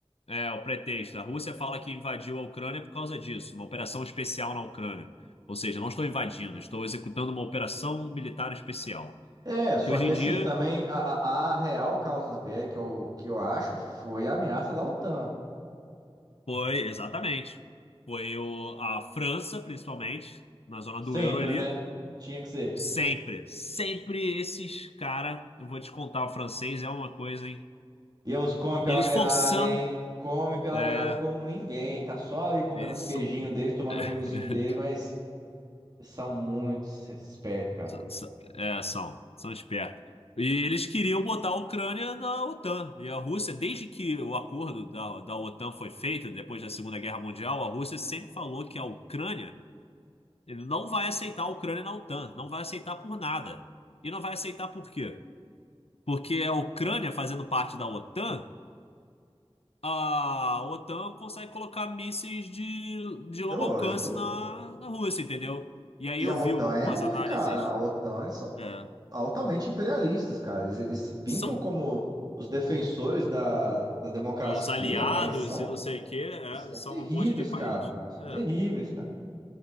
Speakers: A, on the left; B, on the right.
A: É o pretexto. A Rússia fala que invadiu a Ucrânia por causa disso, uma operação especial na Ucrânia. Ou seja, não estou invadindo, estou executando uma operação militar especial.
B: É, só
A: Que hoje
B: que
A: em
B: assim,
A: dia
B: também a, a, a real causa BR que eu, que eu acho foi a ameaça da OTAN.
A: foi, exatamente, foi o, a França, principalmente, na zona
B: Sempre,
A: do euro ali.
B: né? Tinha que ser.
A: Sempre, sempre esses cara, eu vou te contar, o francês é uma coisa, hein?
B: E eles comem pela
A: Eles
B: beirada,
A: forçando.
B: hein? Come pela
A: É,
B: beirada como ninguém. Tá só ali comendo
A: eles
B: os
A: são.
B: queijinhos deles, tomando
A: <laughs>
B: o vinhozinho dele, mas Eles são muito espertos, cara.
A: S- s- É, são, são espertos. E eles queriam botar a Ucrânia na OTAN. E a Rússia, desde que o acordo da, da OTAN foi feito, depois da Segunda Guerra Mundial, a Rússia sempre falou que a Ucrânia, ele não vai aceitar a Ucrânia na OTAN, não vai aceitar por nada. E não vai aceitar por quê? Porque a Ucrânia, fazendo parte da OTAN, a OTAN consegue colocar mísseis de, de longo
B: É lógico.
A: alcance na, na Rússia, entendeu? E aí
B: E
A: eu
B: a OTAN
A: vi umas
B: é ruim,
A: análises.
B: cara. A OTAN, eles são
A: é,
B: altamente imperialistas, cara. Eles, eles se pintam
A: são
B: como os defensores da, da democracia,
A: é, os aliados
B: mas eles são,
A: e não sei o quê, é,
B: eles são
A: são
B: terríveis,
A: um monte de país.
B: cara. São
A: É.
B: terríveis, cara.